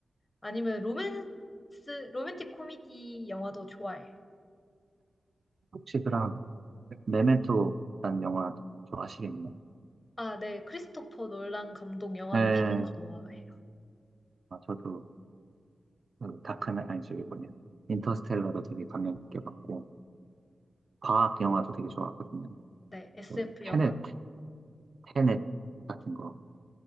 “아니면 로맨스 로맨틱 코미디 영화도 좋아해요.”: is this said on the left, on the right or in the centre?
Left